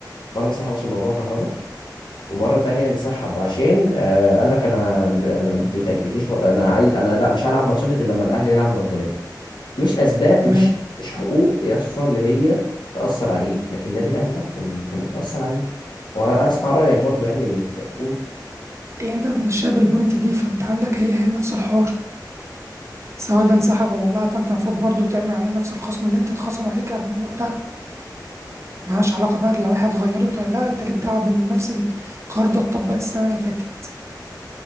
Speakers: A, on the left (about 80°); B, on the right (about 40°).
A: مره انسحب عشان موضوع كهرباء ومره تانية انسحب عشان آه قال لك انا انا بتاجليش انا عايز انا لا مش هلعب ماتشات غير لما الاهلي يلعب مؤجلات مش اسباب مش
B: تمام
A: مش حقوق يسر اللي هي تاثر عليك لكن النادي الاهلي لا كان كان بيتاثر عليه واسمع رايك برضو يعني قول
B: ايه انت بتمشيها بالبوينت دي فانت عندك هي هي نفس الحوار سواء ده انسحب ولا لا فانت المفروض برضه تعمل عليه نفس الخصم اللي انت اتخصم عليك قبل وقتها ملهاش علاقه بقى لو واحد غيرت ولا لا انت ليك دعوه بان نفس القرار ده اتطبق السنه اللي فاتت